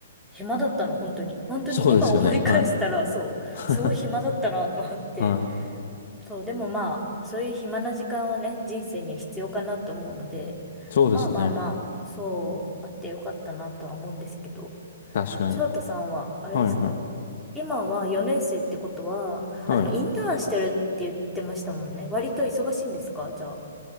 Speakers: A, in the centre; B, on the left.
A: 暇だったの、本当に。本当に今思い返したら、
B: そうですよね。はい。
A: そう、
B: <laughs>
A: すごい暇だったなと思って。
B: はい。
A: そう、でもまあ、そういう暇な時間はね、人生に必要かなと思うので、
B: そうですね。
A: まあまあまあ、そう、あってよかったなとは思うんですけど、
B: 確かに。
A: 翔太さんは、あれですか
B: はい、はい。
A: 今は4年生ってことは、
B: はい。
A: あ、でもインターンしてるって言ってましたもんね。割と忙しいんですかじゃあ。